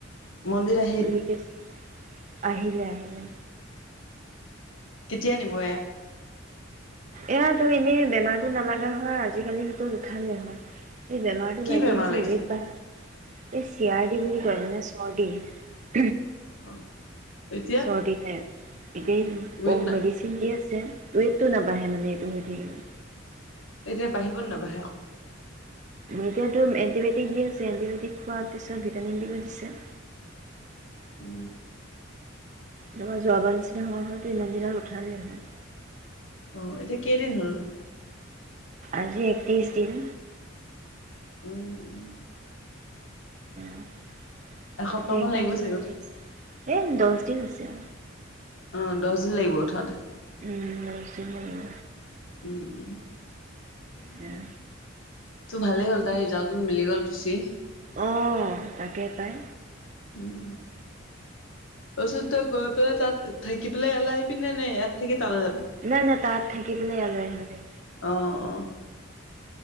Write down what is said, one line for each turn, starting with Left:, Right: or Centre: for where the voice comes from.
Left: মন্দিৰ আহিল!
Right: দুই কেজি আহিলে আহিলে
Left: কেতিয়া নিব এয়া!
Right: এয়াতো এনেই বেমাৰতো নালাগা হয় আজিকালি সেইটো নুঠালো হয় সেই বেমাৰটো
Left: কি
Right: লাগি
Left: বেমাৰ
Right: আছে
Left: লাগিছে
Right: উৱেট বাঢ়ে এই চিয়াৰ দি বুলি কয় মানে বডি
Left: অ এতিয়া
Right: চৰ্দি টাইপ। এতিয়া
Left: ৱেট
Right: অ
Left: না
Right: মেডিচিন ডি আছিলে যে ৱোইট নাহে মানে এইটো হৈ থাকিলে
Left: এতিয়া বাঢ়িব নাবাঢ়ে আকৌ
Right: এতিয়াতো, এণ্টিবায়টিক দি আছে। এণ্টিবায়টিক খোৱাৰ পিছত ভিটামিন দিব দিছে।
Left: উম
Right: তোমাৰ যোৱাবাৰ নিচিনা হোৱা হয়তো ইমান দিনত উঠা হয়
Left: অ' এতিয়া কেইদিন হ'ল নো?
Right: আজি একত্ৰিশ দিন
Left: উম উম
Right: <inaudible>
Left: এসপ্তাহ
Right: এতিয়া
Left: মান
Right: একদম
Left: লাগিব
Right: চেলাইন
Left: চাগে উঠ
Right: দি আছে এ দছ কঠিন আছে আৰু
Left: অ' দহ দিন লাগিব উঠাতে
Right: উম, দশ দিন লাগিব।
Left: উম উম
Right: উম
Left: তোৰ ভালেই হ'ল, তাই ৰিজাল্টো মিলি গ'ল তুচি।
Right: অহ তাকেই পাই
Left: উম তাৰ পিছত তই গৈ তই তাত থাকি পেলাই ইয়ালে আহিবি নে? নে ইয়াত থাকি তালৈ যাবি
Right: নাই, নাই তাৰ থাকি পিনে ইয়ালে আহিম দে'
Left: অ অ